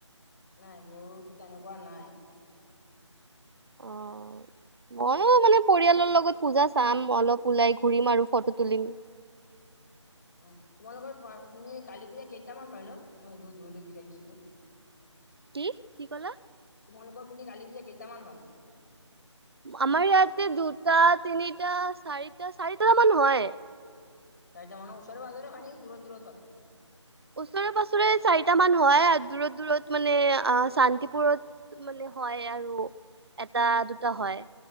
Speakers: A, on the left (about 35°); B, on the right (about 55°).
A: নাই, মোৰতো তেনেকুৱা নাই।
B: অ'। মই মানে পৰিয়ালৰ লগত পূজা চাম, অলপ ওলাই ঘূৰিম আৰু ফটো তুলিম।
A: অ', তোমালোকৰ পিনে কালি পূজা কেইটামান হয়, নো মই সেইটো সুধিবলৈ বিচাৰিছিলোঁ?
B: কি, কি ক'লা?
A: তোমালোকৰ পিনে কালি পূজা কেইটামান হয়?
B: আমাৰ ইয়াতে দুটা তিনিটা চাৰিটা, চাৰিটা মান হয়।
A: চাৰিটা মানো ওচৰে পাজৰে হয়, নেকি দূৰত, দূৰত হয়।
B: ওচৰে পাঁজৰে চাৰিটা মান হয়, আৰু দূৰত, দূৰত মানে আ শান্তিপুৰত মানে হয়, আৰু এটা দুটা হয়,